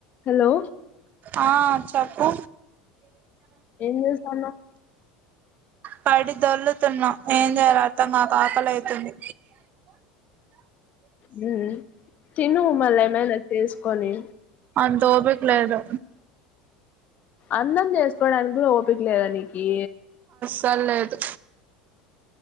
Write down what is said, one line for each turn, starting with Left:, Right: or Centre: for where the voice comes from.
Left: Hello
Right: ఆ చెప్పు
Left: ఏం చేస్తాన్నావ్
Right: పడి దొల్లుతున్నా ఏం జేయాల నాకు ఆకలి అయితుంది
Left: మ్మ్ తిను మళ్ళా ఏమైనా చేసుకొని
Right: అంత ఓపిక లేదు
Left: అన్నం జేసుకోవడానికి ఓపిక లేదా నీకి
Right: దలేదు